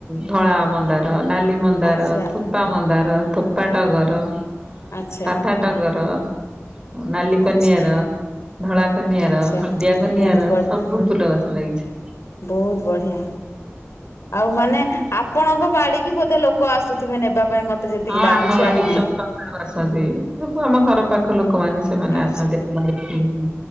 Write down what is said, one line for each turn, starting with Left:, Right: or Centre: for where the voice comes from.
Right: ଧଳା ମନ୍ଦାର, ନାଲି ମନ୍ଦାର,
Left: ଆଚ୍ଛା
Right: ଥୋପା ମନ୍ଦାର, ଥୋପା ଟଗର
Left: ଆଚ୍ଛା
Right: ସାଧା ଟଗର ନାଲି କନିଅର
Left: ଆଚ୍ଛା
Right: ଧଳା କନିଆର,
Left: ଆଚ୍ଛା
Right: ହଳଦିଆ କନିଅର
Left: ବହୁତ ବଢିଆ
Right: ସବୁ ଫୁଲ ଗଛ ଲାଗିଛି।
Left: ବହୁତ ବଢ଼ିଆ। ଆଉ ମାନେ ଆପଣଙ୍କ ବାଡିକି ବୋଧେ ଲୋକ ଆସୁଥିବେ ନେବା ପାଇଁ ମତେ ଯେତିକି
Right: ହଁ
Left: ଲାଗୁଛି
Right: ଆମ ବାଡିକି
Left: ଆପଣଙ୍କ
Right: ସକାଳୁ ଆସନ୍ତି ସବୁ ଆମ ଘର ପାଖ ଲୋକମାନେ ସେମାନେ
Left: ଆଚ୍ଛା
Right: ଆସନ୍ତି ଆମ ବାଡିକି ଫୁଲ ପାଇଁ।